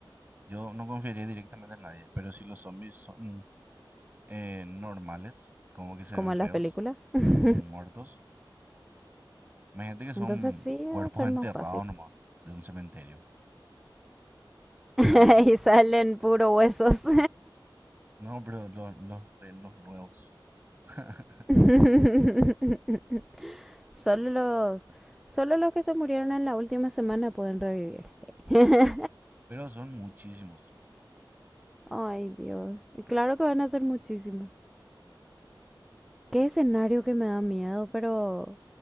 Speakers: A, on the right; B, in the centre.
A: yo no confiaría directamente en nadie. Pero si los zombies son eh, normales, como que se
B: como
A: ven
B: en
A: feos,
B: las películas. <laughs>
A: como muertos. Imagínate que son
B: Entonces sí,
A: cuerpos
B: va a ser
A: <laughs> enterrados
B: más fácil.
A: nomás de un cementerio. O
B: <laughs>
A: sea,
B: Y salen puro huesos.
A: no, pero los, los, re- los nuevos. <laughs>
B: <laughs> Solo los, solo los que se murieron en la última semana pueden revivir. <laughs>
A: Pero son muchísimos.
B: Ay, Dios. Y Claro que van a ser muchísimos. Qué escenario que me da miedo, pero